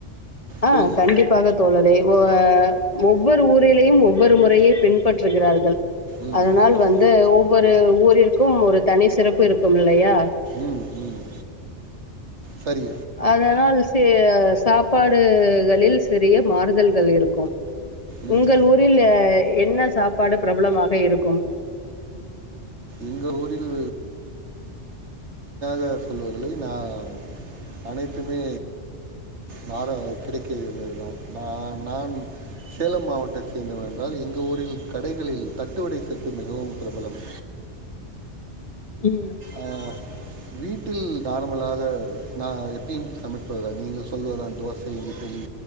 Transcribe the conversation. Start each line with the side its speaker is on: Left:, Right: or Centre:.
Left: ஆ
Right: சொல்லுங்கள்
Left: கண்டிப்பாக தோழரே ஒ ஒவ்வொரு ஊரிலையும் ஒவ்வொரு முறையே பின்பற்றுகிறார்கள்
Right: ம்
Left: அதனால்
Right: ம்
Left: வந்து ஊ ஒரு ஊர் இருக்கும் ஒரு தனி சிறப்பு இருக்கும் இல்லையா
Right: ம் ம் சரி
Left: அதனால் சே சாப்பாடுகளில் சிறிய மாறுதல்கள் இருக்கும்
Right: ம்
Left: உங்கள் ஊரில் அ என்ன சாப்பாடு பிரபலமாக இருக்கும்
Right: எங்க ஊரில் அ சொல்வதிலை நான் அனைத்துமே நானு கிடைக்க இருந்ததுதா நான் நான் சேலம் மாவட்டத்தை சேர்ந்தவ என்றால் எங்க ஊரில் கடைகளில் தட்டுவடை சட்டு மிகவும் பிரபலம்
Left: ம்
Right: ஆஹ், வீட்டில் நார்மலாக நா எப்பியு சமைப்பதா நீங்க சொல்வ தா தோசை இட்லி